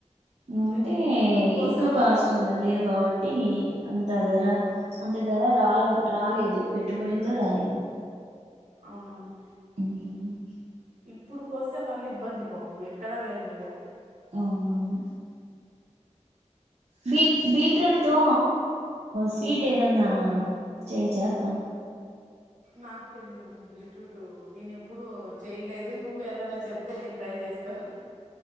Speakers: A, on the right; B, on the right.
A: ఏమంటే
B: అదే ఇప్పుడు కోసే
A: ఎక్కువ కాస్ట్గా
B: వాళ్ళు ఇబ్బంది
A: లేవు కాబట్టి అంతా ధర
B: ఆ,
A: అంత ధర రావడం రాలేదు పెట్టుబడి కూడా రాలేదు
B: అవునవును
A: ఉమ్,
B: ఇప్పుడు కోసే వాళ్ళు ఇబ్బంది పోపము ఎక్కడ వెళ్ళాలి
A: అవునవును బీట్ బీట్రూట్ తో స్వీట్ ఏదన్నా చేయొచ్చా అక్క
B: నాకు తెలిదమ్మా బీట్రూట్ నేనె ఎప్పుడుూ చెయలేదు నువ్వు ఏదైనా చెప్తే నేను ట్రై చేస్తాను